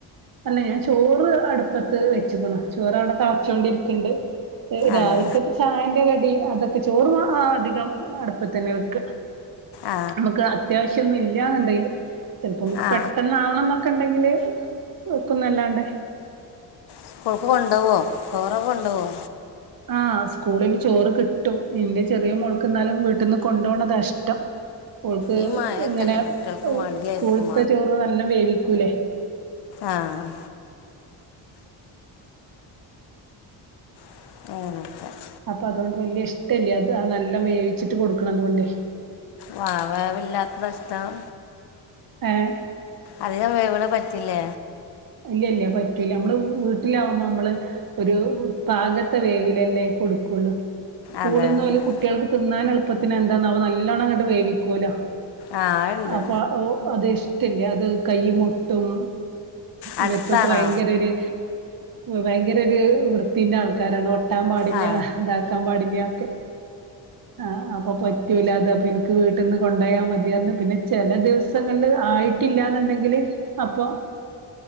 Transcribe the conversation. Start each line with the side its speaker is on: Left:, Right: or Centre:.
Right: അല്ല ഞാൻ ചോറ് അടുപ്പത്ത് വെച്ചു പോണ ചോറ് അവിടെ തളച്ചൊണ്ടിരിക്കണ്ട് രാവിലക്ക
Left: അതെ
Right: ചായന്റെ കടി അതൊക്കെ ചോറ് അധികം അടപ്പ തന്നെ വെക്ക
Left: ആ
Right: നമുക്ക് അത്യാവശ്യൊന്നും ഇല്ലന്നുണ്ടെങ്കില് ചിലപ്പോ നമുക്ക്
Left: ആ
Right: പെട്ടെന്ന്ാവണം എന്നൊക്കെ ണ്ടെങ്കില് വക്കുന്നല്ലാണ്ടേ
Left: സ്കൂൾക്ക് കൊണ്ടുപോവുക ചോറൊക്കെ കൊണ്ടുപോവോ
Right: ആഹ് സ്കൂളില് ചോറ് കിട്ടും ഇന്റെ ചെറിയ മോൾക്കെന്നാലും വീട്ടിൽന്ന് കൊണ്ടൊണ താ ഇഷ്ടം ഓൾക്ക്
Left: ഈ മഴയൊക്കെയല്ലേ
Right: ഇങ്ങനെ
Left: കുട്ടികൾക്ക് മടിയായിരിക്കും
Right: സ്കൂളത്തെ ചോറ് നല്ല വേവിക്കൂലേ
Left: ആഹ് <inaudible>
Right: അപ്പൊ അതുകൊണ്ട് വല്യ ഇഷ്ടല്ല്യാ അത് നല്ല വേവിച്ചിട്ട് കൊടുക്കണം അതുകൊണ്ടെ
Left: വാവ വല്ലാത്തിഷ്ടം
Right: ഏഹ്
Left: അധികം വേവണ പറ്റില്ലേ
Right: ഇല്ല ഇല്ല പറ്റൂല അമ്മള് വീട്ടിലാകുമ്പോ അമ്മള് ഒരു പാകത്തെ വേവിലല്ലേ കൊടുക്കൊള് സ്കൂളിൽന്ന്
Left: അതെ അതെ
Right: പോല കുട്ടികൾക്ക് തിന്നാൻ എളുപ്പത്തിനന് എന്താന്നാവ നല്ലോണ്ണം അങ്ങോട്ട് വേവിക്കുവല്ലോ
Left: ആ ഉണ്ട്
Right: അപ്പൊ ഓ അത് ഇഷ്ടല്ലേ അത് കൈ മൊട്ടും
Left: അടുത്താണോ
Right: ഇവർക്കൊക്കെ ഭയങ്കര ഒരു ഭയങ്കര ഒരു വൃത്തിന്റെ ആൾക്കാരാണ് ഒ കട്ടാൻ പാടില്ല
Left: ആ
Right: ഇതാക്കാൻ പാടില്ല ഒക്കെ ആ അപ്പൊ പൊ പറ്റല്ലാതെ അപ്പോ ഇനിക്ക് വീട്ടിന്ന് കൊണ്ടോയ മതിയാർന്ന് പിന്നെ ചില ദിവസങ്ങളിൽ ആയിട്ടില്ലാന്നുണ്ടെങ്കില് അപ്പൊ